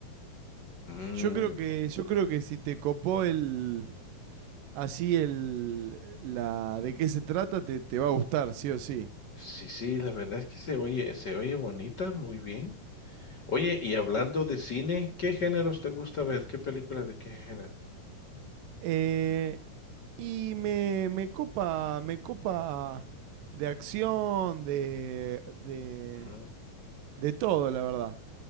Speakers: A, on the left (about 45°); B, on the right (about 75°).
A: Mm,
B: Yo creo que, yo creo que si te copó el, así el, la de qué se trata, te, te va a gustar, sí o sí.
A: Sí, sí, la verdad es que se oye, se oye bonita, muy bien. Oye, y hablando de cine, ¿qué géneros te gusta ver? ¿Qué películas de qué género?
B: Eh, y me, me copa, me copa de acción, de, de,
A: Mm.
B: De todo, la verdad.